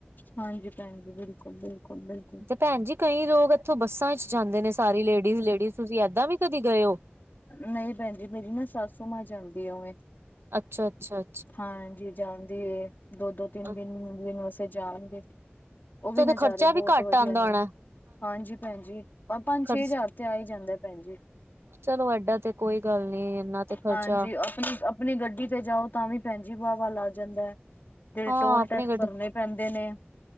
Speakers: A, on the left; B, on the right.
A: ਹਾਂਜੀ ਭੈਣ ਜੀ ਬਿਲਕੁਲ, ਬਿਲਕੁਲ, ਬਿਲਕੁਲ
B: ਤੇ ਭੈਣ ਜੀ ਕਈ ਲੋਕ ਇੱਥੋਂ ਬੱਸਾਂ 'ਚ' ਜਾਂਦੇ ਨੇ ਸਾਰੀ ਲੇਡੀਜ਼ ਲੇਡੀਜ਼ ਤੁਸੀਂ ਏਦਾਂ ਵੀ ਕਦੀ ਗਏ ਹੋ।
A: ਨਹੀਂ ਭੈਣ ਜੀ ਮੇਰੀ ਨਾ ਸਾਸੂ ਮਾਂ ਜਾਂਦੀ ਉਵੇਂ,
B: ਅੱਛਾ, ਅੱਛਾ ਅ
A: ਹਾਂਜੀ, ਜਾਂਦੀ ਹੈ ਦੋ ਦੋ ਤਿੰਨ
B: ਅੱਛਾ
A: ਦਿਨ ਦਿਨ ਵਸਤੇ ਜਾਣਗੇ, ਉਹ ਵੀ
B: ਤੇ
A: ਨਜ਼ਾਰੇ
B: ਤੇ ਖਰਚਾ ਵੀ
A: ਬਹੁਤ
B: ਘੱਟ
A: ਵਧੀਆ
B: ਆਉਂਦਾ
A: ਨੇ,
B: ਹੋਣਾ।
A: ਹਾਂਜੀ, ਭੈਣ ਜੀ ਪੰਜ
B: ਖਰਚ
A: ਛੇ ਹਜ਼ਾਰ ਤੇ ਆ ਹੀ ਜਾਂਦਾ ਭੈਣ ਜੀ,
B: ਚਲੋ ਏਡਾ ਤੇ ਕੋਈ ਗੱਲ ਨੀ ਇਹਨਾ ਤੇ, ਖਰਚਾ
A: ਹਾਂਜੀ ਆਪਣੀ ਆਪਣੀ ਗੱਡੀ ਤੇ ਜਾਓ ਤਾਂ ਵੀ ਭੈਣ ਜੀ ਵਾਵਾ ਲੱਗ ਜਾਂਦਾ, ਜਿਹੜੇ
B: ਹਾਂ
A: ਟੋਲ
B: ਆਪਣੀ
A: ਟੈਕਸ
B: ਗੱਡੀ
A: ਪਰਨੇ ਪੈਂਦੇ ਨੇ,